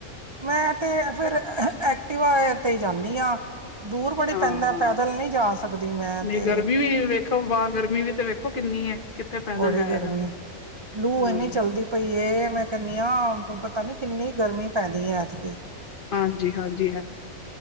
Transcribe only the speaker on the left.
ਹਾਂ-ਹਾਂ,
ਨਹੀਂ
ਗਰਮੀ ਵੀ ਵੇਖੋ, ਬਾਹਰ ਗਰਮੀ ਵੀ ਤੇ ਵੇਖੋ, ਕਿੰਨੀ ਹੈ। ਕਿੱਥੇ ਪੈਦਲ
ਜਾਇਆ
ਜਾਂਦਾ
ਹਾਂ
ਹਾਂਜੀ-ਹਾਂਜੀ ਹੈ,